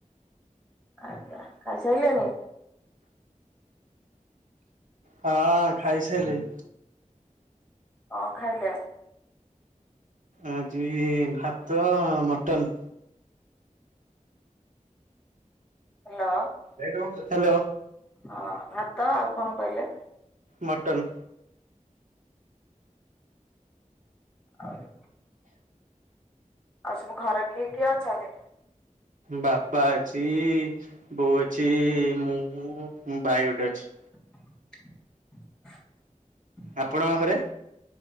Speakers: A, in the centre; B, on the right (about 70°).
A: ଆଜ୍ଞା ଖାଇ ସାଇଲେଣିି?
B: ହଁ ଖାଇସାଇଲିଣି।
A: କଣ ଖାଇଲେ?
B: ଆଜି ଭାତ ଆଉ ମଟନ୍।
A: ହ୍ୟାଲୋ।
B: ହ୍ୟାଲୋ।
A: ହଁ ଭାତ ଆଉ କଣ କହିଲେ?
B: ମଟନ୍।
A: ଆଉ ଆଉ ସବୁ ଘରେ କିଏ କିଏ ଅଛନ୍ତି?
B: ବାପା ଅଛି ବୋଉ ଅଛି ମୁଁ ଭାଇ ଗୋଟେ ଅଛି।
A: <inaudible>
B: ଆପଣଙ୍କ ଘରେ?